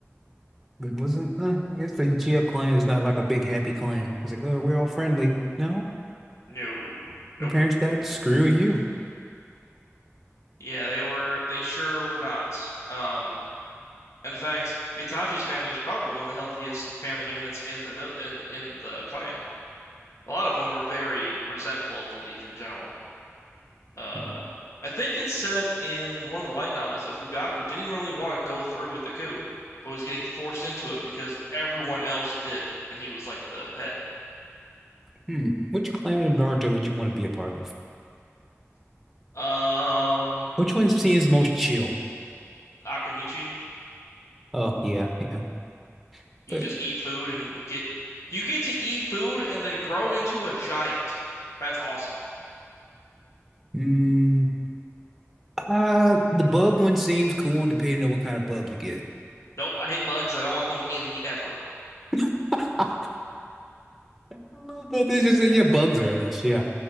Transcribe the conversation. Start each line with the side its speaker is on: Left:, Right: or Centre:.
Centre: It wasn't. Uh, I guess the Uchiha clan is not like a big happy clan. It's like, oh, we're all friendly. No,
Left: No.
Centre: your
Left: Nope.
Centre: parents died. Screw you.
Left: Yeah, they were. They sure were not. Um, and in fact, Itachi's family was probably one of the healthiest family units in the vil in in the clan. A lot of them were very resentful of the Leaf in general. Uh,
Centre: Hmm.
Left: I think it's said in one of the light novels that Fugaku didn't even really want to go through with the coup, but was getting forced into it because everyone else did, and he was like the head.
Centre: Hmm. Which clan of Naruto would you want to be a part of?
Left: Um,
Centre: Which one seems most chill?
Left: Akamichi.
Centre: Oh yeah, yeah.
Left: You
Centre: The,
Left: just eat food and get you get to eat food and then grow into a giant. That's awesome.
Centre: mm, uh, the bug one seems cool depending on what kind of bug you get.
Left: Nope, I hate bugs. I don't want them in me ever.
Centre: <laughs> I love that. They just say, yeah, bugs are in us. Yeah.